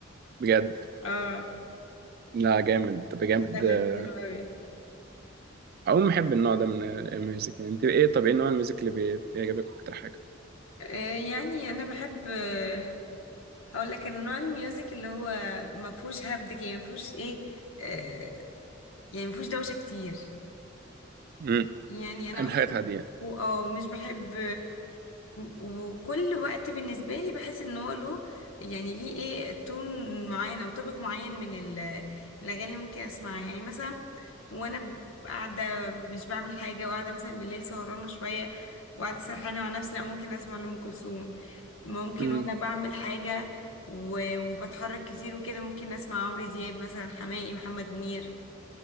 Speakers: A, on the right; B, on the left.
A: بجد
B: اه
A: لا جامد بجد
B: فعلا
A: آه،
B: حلو قوي
A: عموما بحب النوع ده من الميوزك يعني انت ايه طب ايه نوع الميوزك اللي بي- بيعجبك اكتر حاجه
B: آه يعني انا بحب آه هقول لك ان نوع الميوزك اللي هو ما فيهوش هبد كده يعني ما فيهوش ايه آه يعني ما فيهوش دوشة كتير
A: امم
B: يعني انا
A: اهم
B: مثلا
A: حاجات هاديه يعني
B: و- اه مش بحب وكل وقت بالنسبة لي بحس ان هو له يعني ليه ايه تون معين او توبيك معين من ال- الاغاني اللي ممكن اسمعها يعني مثلا وانا ب- قاعدة مش بعمل حاجة وقاعدة مثلا بالليل سهرانة شوية وقاعدة سرحانة مع نفسي لا ممكن اسمع لأم كلثوم ممكن
A: امم
B: وانا بعمل حاجة و- وبتحرك كتير وكده ممكن اسمع عمرو دياب مثلا حماقي محمد منير